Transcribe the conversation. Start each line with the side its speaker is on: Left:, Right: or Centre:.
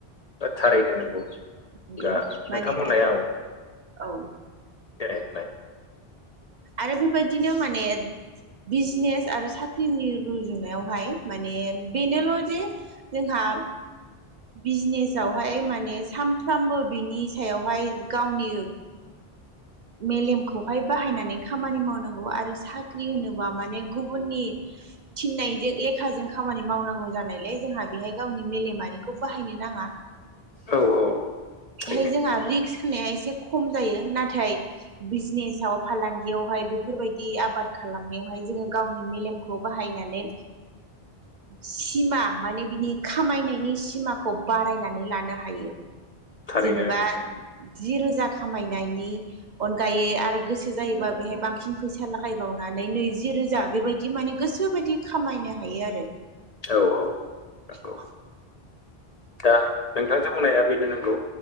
Left: थारैनो नांगौ
Right: नंगौ
Left: दा नोंथांमोननाय
Right: माने
Left: औ
Right: औ
Left: <unintelligible>
Right: आरो बेबायदिनो माने बिजनेस आरो साख्रिनि रुजुनायावहाय माने बेनोल' जे जोंहा बिजनेसावहाय माने सानफ्रामबो बिनि सायावहाय गावनि
Left: <inaudible>
Right: मेलेमखौहाय बाहायनानै खामानि मावनांगौ आरो साख्रि होनोबा माने गुबुननि थिननायजों लेखाजों खामानि मावनांगौ जानायलाय जोंहा बेहाय गावनि मेलेमारिखौ बाहायनो नाङा।
Left: औ औ थारैनो
Right: बेहाय जोंहा रिक्स होनाया एसे खम जायो नाथाय बिजनेसाव फालांगियावहाय बेफोरबायदि आबाद खालामनायावहाय जोङो गावनि मेलेमखौ बाहायनानै
Left: <inaudible>
Right: सिमा माने बिनि खामायनायनि सिमाखौ बारायनानै लानो हायो।
Left: थारैनो
Right: जेनेबा
Left: नंगौ
Right: जि रोजा खामायनायनि अनगायै आरो गोसो जायोबा बेहाय बांसिन फैसा लागायबावनानै नैजि रोजा बेबायदि माने गोसो बायदि बिदि खामायनो हायो आरो।
Left: औ औ
Right: <inaudible>
Left: नंगौ दा नोंथांजों बुंनाया बेनो नंगौ